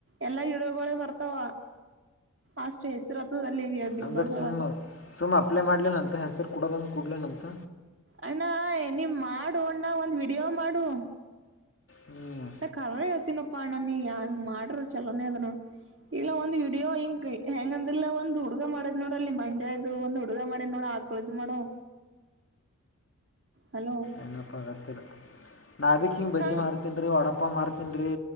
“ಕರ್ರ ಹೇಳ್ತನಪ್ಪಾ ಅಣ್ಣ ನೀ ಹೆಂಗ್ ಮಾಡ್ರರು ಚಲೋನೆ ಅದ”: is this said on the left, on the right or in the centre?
Right